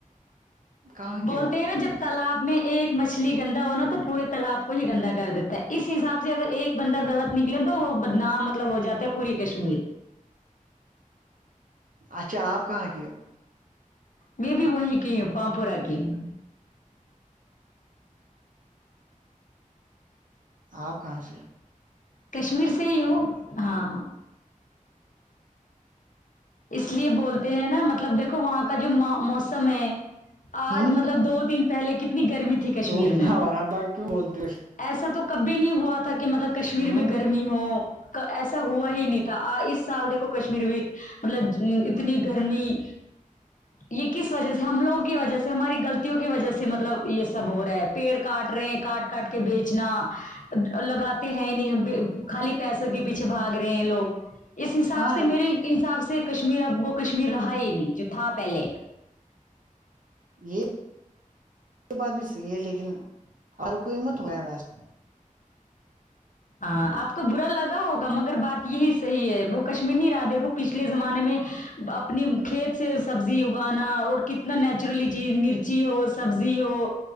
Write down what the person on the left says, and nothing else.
بولتے
ہیں نا جب تالاب میں ایک مچھلی گندا ہونا تو پورے تالاب کو ہی گندا کر دیتا ہے اس حساب سے اگر ایک بندہ غلط نکلے تو وہ بدنام مطلب ہو جاتا ہے پوری کشمیر
میں بھی وہیں کی ہوں پاامپور کی ہوں
کشمیر سے ہی ہوں ہاں اس لیے بولتے ہیں نا مطلب دیکھو وہاں کا جو موسم ہے
آج
مطلب دو دن پہلے کتنی گرمی تھی کشمیر
میں
ایسا تو کب بھی نہیں ہوا تھا کہ مطلب کشمیر
میں گرمی ہو ایسا ہوا ہی نہیں تھا اس سال دیکھو کشمیر میں مطلب اتنی گرمی یہ کس وجہ سے ہم لوگوں کی وجہ سے ہماری غلط کی وجہ سے مطلب یہ سب ہو رہا ہے پیڑ کاٹ رہے ہیں کاٹ کاٹ کے بیچنا لگاتے ہیں نہیں خالی پیسوں کے پیچھے بھاگ رہے ہیں لوگ اس حساب
سے میرے حساب سے کشمیر اب وہ کشمیر رہا ہی نہیں جو تھا پہلے
ہاں آپ کو برا لگا ہوگا مگر بات یہی صحیح ہے وہ کشمیرنی رہا دیکھو پچھلے زمانے میں اپنی کھیت سے سبزی اگانا اور کت نیچرلی چیز مرچی ہو سبزی ہو